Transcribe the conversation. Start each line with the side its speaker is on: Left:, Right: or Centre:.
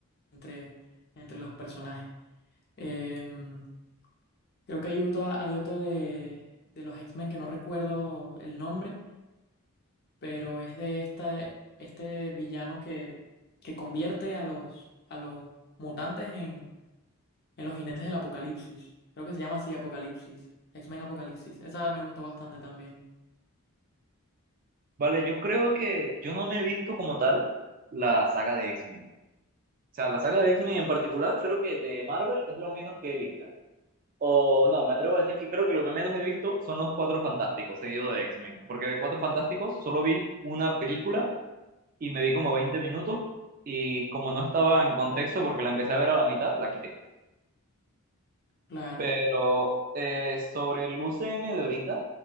Left: entre, entre los personajes. Em, creo que hay otra, hay otra de, de los X-Men que no recuerdo el nombre pero es de esta, este villano que, que convierte a los, a los mutantes en, en los jinetes del apocalipsis. Creo que se llama así Apocalipsis, X-Men Apocalipsis. Esa me gustó bastante también.
Right: Vale, yo creo que yo no me he visto como tal la saga de X-Men. O sea, la saga de X-Men en particular, creo que de Marvel es lo menos que he visto. O no, me atrevo a decir que creo que lo que menos he visto son los Cuatro Fantásticos, seguido de X-Men. Porque de Cuatro Fantásticos solo vi una película y me vi como 20 minutos. Y como no estaba en contexto porque la empecé a ver a la mitad, la quité.
Left: Claro,
Right: Pero eh, sobre el UCM de ahorita,